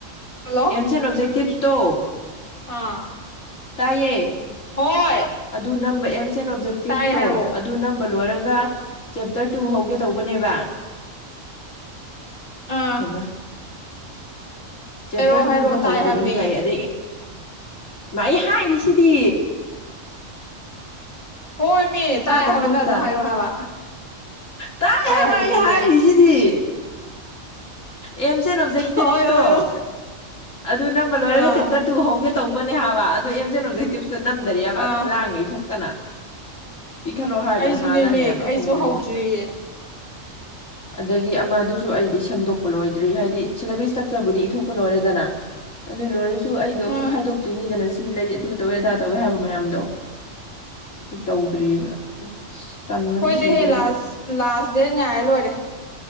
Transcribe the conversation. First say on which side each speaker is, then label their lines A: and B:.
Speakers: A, on the left (about 30°); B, on the left (about 75°).
A: ꯍꯜꯂꯣ
B: ꯑꯦꯝꯁ ꯑꯦꯟ ꯑꯣꯞꯖꯦꯛꯇꯤꯞꯁꯇꯣ
A: ꯑꯥ
B: ꯇꯥꯏꯌꯦ
A: ꯍꯣꯏ
B: ꯑꯗꯨ ꯅꯝꯕ ꯑꯦꯝꯁ ꯑꯦꯟ ꯑꯣꯞꯖꯦꯛꯇꯤꯞꯇꯣ
A: ꯇꯥꯏ ꯍꯥꯏꯔꯛꯑꯣ
B: ꯑꯗꯨ ꯅꯝꯕ ꯂꯣꯏꯔꯒ ꯆꯦꯞꯇꯔ ꯇꯨ ꯍꯧꯒꯦ ꯇꯧꯕꯅꯦꯕ
A: ꯑꯥ
B: ꯍꯥꯏꯃ ꯆꯦꯞꯇꯔ
A: ꯍꯥꯏꯔꯛꯑꯣ ꯍꯥꯏꯔꯛꯑꯣ
B: ꯇꯨꯗꯣ ꯍꯧꯗꯔꯤꯕ
A: ꯇꯥꯏ ꯍꯥꯏꯕꯅꯦ
B: ꯑꯩ ꯑꯗꯩ ꯃꯥꯏ ꯍꯥꯏꯔꯤꯁꯤꯗꯤ
A: ꯍꯣꯏ ꯃꯤ
B: ꯇꯥꯗꯕ꯭ꯔꯣ
A: ꯇꯥꯏ ꯍꯥꯏꯕ ꯅꯪ
B: ꯑꯝꯇ
A: ꯑꯗꯨꯝ ꯍꯥꯏꯔꯛꯑꯣ ꯍꯥꯏꯕ
B: ꯇꯥꯏ ꯍꯥꯏꯕ
A: ꯍꯥꯏꯕꯅꯦ
B: ꯑꯩ ꯍꯥꯏꯔꯤꯁꯤ
A: ꯃꯤ
B: ꯑꯦꯝꯁ ꯑꯦꯟ ꯑꯣꯕꯖꯦꯛꯇꯤꯚꯁꯇꯣ
A: ꯍꯣꯏ ꯍꯣꯏ ꯍꯣꯏ
B: ꯑꯗꯨ ꯅꯝꯕ ꯂꯣꯏꯔꯒ
A: ꯑꯥ
B: ꯆꯦꯞꯇꯔ ꯇꯨ ꯍꯧꯒꯦ ꯇꯧꯕꯅꯦ ꯍꯥꯏꯕ ꯑꯗꯨ ꯑꯦꯝꯖ ꯑꯦꯟ ꯑꯣꯕꯖꯦꯛꯇꯤꯞ ꯅꯝꯗꯔꯤꯕ
A: ꯑꯥ
B: ꯑꯗꯨꯝ ꯂꯥꯡ ꯂꯩꯊꯣꯛꯇꯅ ꯄꯤꯈꯠꯂꯣ ꯍꯥꯏꯕꯅ
A: ꯑꯩꯁꯨꯅꯦꯃꯦ
B: ꯍꯥꯜꯂꯛꯑꯅꯦꯕ
A: ꯑꯩꯁꯨ
B: ꯍꯧꯗ꯭ꯔꯤꯕꯝꯗ
A: ꯍꯧꯗ꯭ꯔꯤꯌꯦ
B: ꯑꯗꯒꯤ ꯑꯃ ꯑꯗꯨꯁꯨ ꯑꯩꯗꯤ ꯁꯦꯝꯗꯣꯛꯄ ꯂꯣꯏꯗ꯭ꯔꯤ ꯍꯥꯏꯗꯤ ꯁꯤꯂꯦꯕꯦꯁ ꯏꯁꯇ꯭ꯔꯛꯆꯔꯕꯨꯗꯤ ꯏꯊꯣꯛꯄ ꯂꯣꯏꯔꯦꯗꯅ ꯑꯗꯨ ꯂꯣꯏꯔꯁꯨ ꯑꯩꯗꯣ
A: ꯎꯝ
B: ꯑꯃꯨꯛ ꯈꯥꯏꯗꯣꯛꯇꯣꯏꯅꯤꯗꯅ ꯁꯤ ꯂꯩ ꯑꯗꯨ ꯇꯧꯋꯦ ꯑꯗꯥ ꯇꯧꯋꯦ ꯍꯥꯏꯕ ꯃꯌꯥꯝꯗꯣ ꯑꯩ ꯇꯧꯗ꯭ꯑꯔꯤꯕ ꯇꯟꯕꯅ
A: ꯍꯣꯏꯗꯤꯍꯦ
B: ꯁꯤꯗꯣꯔꯦꯕ
A: ꯂꯥꯁ ꯂꯥꯁ ꯗꯦꯠ ꯉꯥꯏꯔ ꯂꯣꯏꯔꯦ